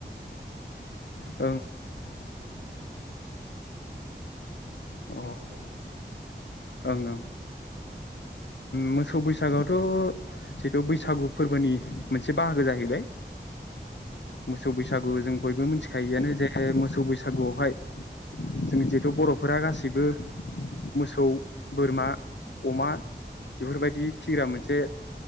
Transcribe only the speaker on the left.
ओ
अ
ओं ओं मोसौ बैसागोआवथ' जिथु बैसागु फोरबोनि मोनसे बाहागो जाहैबाय
मोसौ बैसागु जों बयबो मिथिखायोआनो जे मोसौ बैसागुआवहाय जों जिहेथु बर'फोरा गासिबो मोसौ बोरमा अमा बेफोरबायदि फिग्रा मोनसे